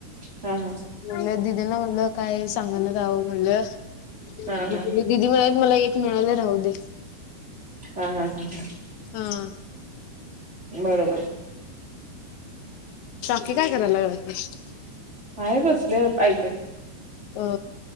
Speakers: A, on the right; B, on the left.
A: हा हा हा
B: म्ह दिदीयांना म्हणलं काय सांगणच जावं म्हटलं.
A: हा हा हा हा हा
B: मग दिदी म्हणात मला एक मिळाले राहू दे
A: हा हा हा हा.
B: हा
A: बरोबर.
B: की काय करायला लागत.
A: आहे कसले ऐकत
B: हो.